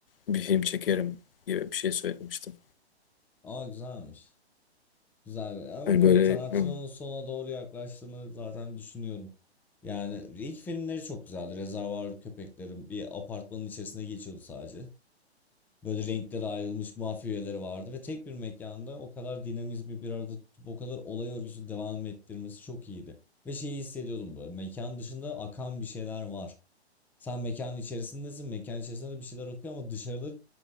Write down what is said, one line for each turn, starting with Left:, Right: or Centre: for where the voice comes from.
Left: bir film çekerim gibi bir şey söylemiştim.
Centre: Aa güzelmiş. Güzel bir- ama
Left: Hani böyle
Centre: evet Tarantino'nun
Left: hı,
Centre: sona doğru yaklaştığını zaten düşünüyorum. Yani ilk filmleri çok güzeldi. Rezervuar Köpeklerim bir apartmanın içerisinde geçiyordu sadece. Böyle renklere ayrılmış mafya üyeleri vardı ve tek bir mekanda o kadar dinamizmi bir arada tutup o kadar olay örgüsü devam ettirmesi çok iyiydi. Ve şeyi hissediyordum böyle mekan dışında akan bir şeyler var. Sen mekanın içerisindesin. Mekanın içerisinde de bir şeyler akıyor ama dışarıda